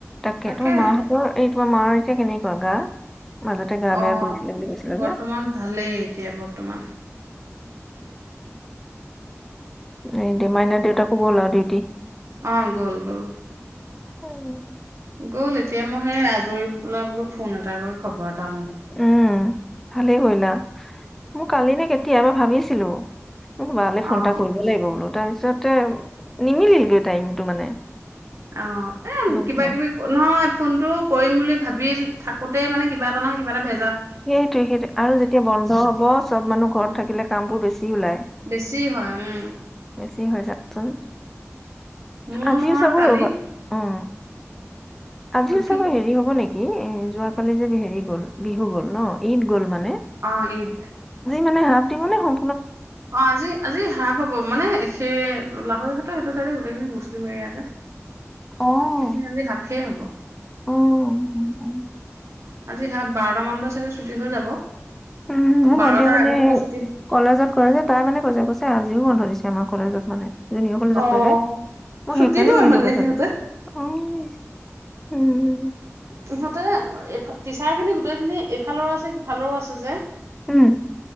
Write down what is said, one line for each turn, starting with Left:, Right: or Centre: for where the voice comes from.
Centre: তাকেটো
Right: তাকে
Centre: মাহঁতৰ এই তোমাৰ মাৰ এতিয়া কেনেকুৱা গা মাজতে গা
Right: অহ
Centre: বেয়া কৰিছিলে বুলি কৈছিলা
Right: বৰ্তমান
Centre: যে
Right: ভালেই এতিয়া বৰ্তমান
Centre: এই দে মাইনা দেউতাক গ'ল আৰু <unintelligible>
Right: অ' গ'ল গ'ল
Centre: উম!
Right: গ'ল এতিয়া মই সেই আজৰি হৈ পেলাই বোলো ফোন এটা কৰি খবৰ, এটা লও
Centre: উম ভালেই কৰিলা, মোৰ কালি নে কেতিয়া এবাৰ ভাবিছো তিলো। বালে ফোন
Right: অ'।
Centre: এটা কৰিব লাগিব, বোলো তা পিছতে, নিমিলিলগৈ টাইমতটো মানে?
Right: অ' এ
Centre: গম
Right: কিবা
Centre: পোৱা
Right: কিবি নহয় ফোনটো কৰিম বুলি ভাবিল থাকোতেই মানে কিবা এটা নহয় কিবা এটা ভ
Centre: সেইটোয়ে সেইটো আৰু যেতিয়া বন্ধ হ'ব চব মানুহ ঘৰত
Right: উম,
Centre: থাকিলে কাম বোৰ বেছি ওলাই
Right: বেছি হয় উম।
Centre: কি হৈছে তোৰ?
Right: মোৰ
Centre: আজিও
Right: নহয়
Centre: চাগৈ
Right: কালি
Centre: ৰ'বা অ' আজিও
Right: অ', কি
Centre: চাগ
Right: কৈছে
Centre: হেৰি হ'ব নেকি? উম উম যোৱাকালি যে হেৰি গ'ল, বিহু গ'ল? ন' ঈদ গ'ল মা
Right: অ, ' ঈদ।
Centre: মানে হাত ডিঙো নে সং
Right: অ, ' আজি আজি হাফ হ'ব, মানে সেই লাহৰি ঘাটৰ সেইটো চাইদে গোটেইখিন মুছলিম এৰিয়া যে।
Centre: অ',
Right: সেইখিনি আজি হাফেই হ'ব
Centre: উ, উ, উ
Right: আজি হাফ, বাৰটামানতে চাগে ছুটি হৈ যাব।
Centre: উম মোৰ
Right: বাৰটাৰ
Centre: ভণ্টি এজনীয়ে
Right: আগত আকৌ ছুটি
Centre: কলেজত কৰে যে, তাই মানে কৈছে কৈছে আজিও বন্ধ দিছে। আমাৰ কলেজত মানে জুনিয়ৰ কলেজত
Right: অ',
Centre: কৰে মই
Right: ছুটি
Centre: সেইকাৰণে
Right: লয়
Centre: সুধিলো
Right: মানে
Centre: কথাটো
Right: সিহঁতে।
Centre: অ'। উম
Right: সিহঁতে এফাল টিচাৰ খিনি গোটেইখিনি এইফালৰো আছে সিফালৰো আছে যে।
Centre: উম।